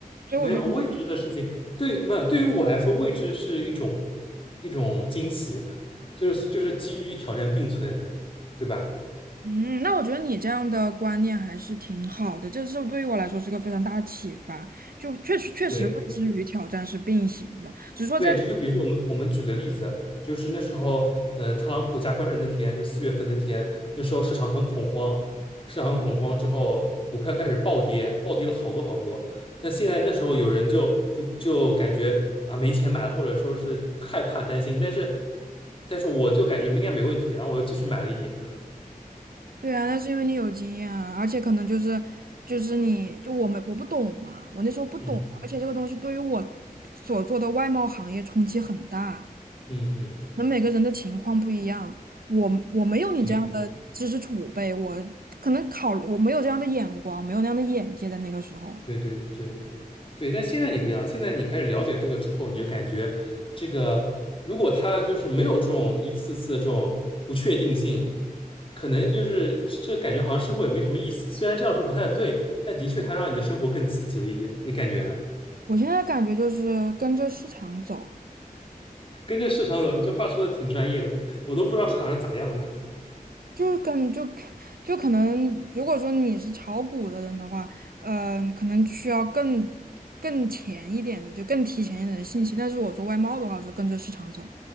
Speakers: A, on the right; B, on the left.
A: 所以我就觉得，
B: 没有未知的事情，对，没有，对于我来说，未知是一种一种惊喜，<laughs> 就是就是基于挑战并存，对吧？
A: 嗯，那我觉得你这样的观念还是挺好的，这是对于我来说是个非常大的启发。就确实确实，
B: 对，
A: 未知与挑战是并行的，只是说在
B: 对，就比如说我们我们举个例子，就是那时候，嗯，特朗普加关税那天，就四月份那天，那时候市场很恐慌，市场很恐慌之后，股票开始暴跌，暴跌了好多好多。那现在那时候有人就就就感觉啊没钱买了，或者说是害怕担心，但是但是我就感觉应该没问题，然后我又继续买了一点，
A: 对啊，那是因为你有经验啊，而且可能就是就是你就我们我不懂嘛，我那时候不懂，
B: 嗯
A: 而且这个东西对于我所做的外贸行业冲击很大。
B: 嗯嗯，
A: 那每个人的情况不一样，我我没有你这样的知识储备，
B: 对。
A: 我可能考我没有这样的眼光，没有那样的眼界在那个时候。
B: 对对对对，但现在你不一样，现在你开始了解这个之后，你就感觉这个如果他就是没有这种一次次的这种不确定性，可能就是这感觉好像生活也没什么意思。虽然这样说不太对，但的确它让你的生活更刺激了一点，你感觉呢？
A: 我现在感觉就是跟着市场走。
B: 跟着市场走，你这话说的挺专业的，我都不知道市场是咋样的。
A: 就跟就就可能，如果说你是炒股的人的话，嗯、可能需要更更前一点的，就更提前一点的信息。但是我做外贸的话，我就跟着市场走。